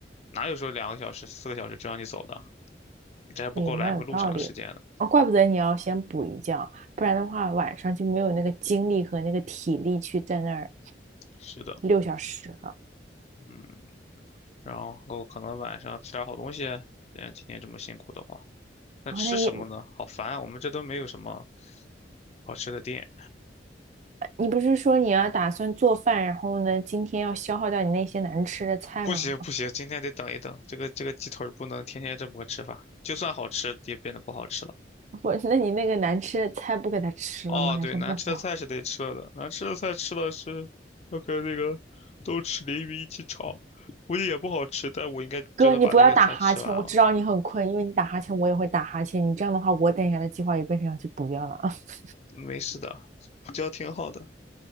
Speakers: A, on the left (about 35°); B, on the right (about 40°).
A: 哪有说两个小时、四个小时就让你走的？这还不够来回路上的时间呢。
B: 我也蛮有道理的哦，怪不得你要先补一觉，不然的话晚上就没有那个精力和那个体力去在那儿
A: 是的，
B: 六小时了。
A: 嗯，然后可能晚上吃点好东西，既然今天这么辛苦的话。那吃什么呢？
B: 然后那一，
A: 好烦啊，我们这都没有什么好吃的店。
B: 你不是说你要打算做饭，然后呢，今天要消耗掉你那些难吃的菜吗？
A: 不行不行，今天得等一等，这个这个鸡腿儿不能天天这么个吃法，就算好吃也变得不好吃了。
B: <laughs> 不，那你那个难吃的菜不给他吃了吗？
A: 哦，
B: 还剩半包？
A: 对，难吃的菜是得吃了的，难吃的菜吃了是要跟那个豆豉鲮鱼一起炒，估计也不好吃，但我应该就能把那个菜吃完了。
B: 哥，你不要打哈欠，我知道你很困，因为你打哈欠，我也会打哈欠。你这样的话，我等一下的计划也变成要去补掉了。<laughs>
A: 没事的，补觉挺好的，